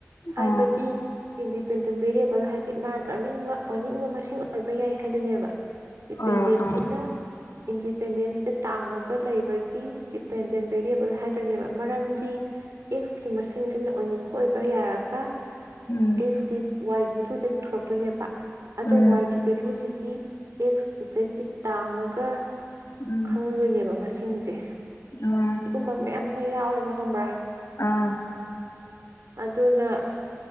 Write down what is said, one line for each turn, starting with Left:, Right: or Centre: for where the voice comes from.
Right: ꯍꯥꯏꯕꯗꯤ
Left: ꯑꯥ
Right: ꯏꯟꯗꯤꯄꯦꯟꯗꯦꯟ ꯚꯦꯔꯤꯌꯦꯕꯜ ꯍꯥꯏ ꯗꯤ ꯃꯥꯅ ꯇꯧꯅꯤꯡꯕ ꯑꯣꯏꯅꯤꯡꯕ ꯃꯁꯤꯡ ꯑꯣꯏꯕ ꯌꯥꯏ ꯍꯥꯏꯗꯨꯅꯦꯕ ꯗꯤꯄꯦꯟꯗꯦꯟꯁꯤꯅ
Left: ꯑꯥ ꯑꯥ
Right: ꯏꯟꯗꯤꯄꯦꯟꯗꯦꯟꯁ ꯁꯦ ꯇꯥꯡꯉꯒ ꯂꯩꯕꯒꯤ ꯗꯤꯄꯦꯟꯗꯦꯟ ꯕꯦꯔꯤꯌꯦꯕꯜ ꯍꯥꯏꯗꯣꯏꯅꯦꯕ ꯃꯔꯝꯗꯤ ꯑꯦꯛꯁꯀꯤ ꯃꯁꯤꯡꯁꯤꯅ ꯑꯣꯏꯅꯤꯡꯕ ꯑꯣꯏꯕ ꯌꯥꯔꯒ ꯑꯥ
Left: ꯎꯝ
Right: ꯑꯦꯛꯁꯀꯤ ꯋꯥꯏꯒꯤ ꯃꯤ ꯊꯨꯁꯦ ꯄꯨꯊꯣꯔꯛꯇꯣꯏꯅꯦꯕ ꯑꯗꯣ
Left: ꯎꯝ
Right: ꯋꯥꯏꯒꯤ ꯚꯦꯂꯨꯁꯤꯗꯤ ꯑꯦꯛꯁ ꯑꯗꯨꯗꯒꯤ ꯇꯥꯡꯉꯒ
Left: ꯎꯝ
Right: ꯈꯪꯗꯣꯏꯅꯦꯕ ꯃꯥ ꯁꯤꯡꯖꯦ ꯫
Left: ꯑꯥ
Right: ꯁꯤꯒꯨꯝꯕ ꯃꯌꯥꯝ ꯌꯥꯏ ꯌꯦ ꯕꯥ ꯈꯡꯕꯔꯥ ꯫
Left: ꯑꯥ꯫
Right: ꯑꯗꯨꯅ